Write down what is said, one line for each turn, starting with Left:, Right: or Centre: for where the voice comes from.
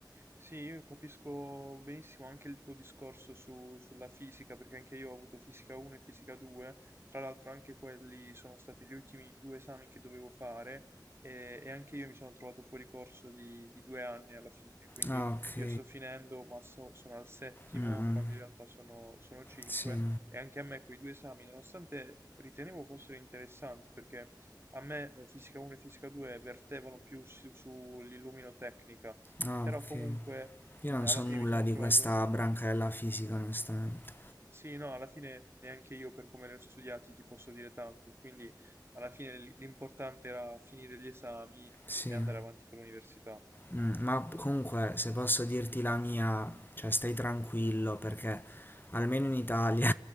Right: Sì, io capisco benissimo anche il tuo discorso su- sulla fisica, perché anche io ho avuto fisica 1 e fisica 2, tra l'altro anche quelli sono stati gli ultimi due esami che dovevo fare e, e anche io mi sono trovato fuori corso di, di due anni alla fine, quindi
Left: Ah, ok.
Right: io sto finendo, ma so- sono al settimo,
Left: Mm,
Right: quando in realtà sono, sono cinque,
Left: sì.
Right: e anche a me quei due esami, nonostante ritenevo fossero interessanti, perché a me eh, fisica 1 e fisica 2 vertevano più su- sull'illuminotecnica
Left: Ah,
Right: però
Left: ok.
Right: comunque mh,
Left: Io non
Right: alla
Left: so
Right: fine
Left: nulla
Right: mi sono
Left: di
Right: trovato...
Left: questa branca della fisica, onestamente.
Right: Sì, no, alla fine neanche io per come li ho studiati ti posso dire tanto, quindi alla fine l- l'importante era finire gli esami
Left: Sì.
Right: e andare avanti con l'università.
Left: Mm, ma comunque, se posso dirti la mia, cioè stai tranquillo perché almeno in Italia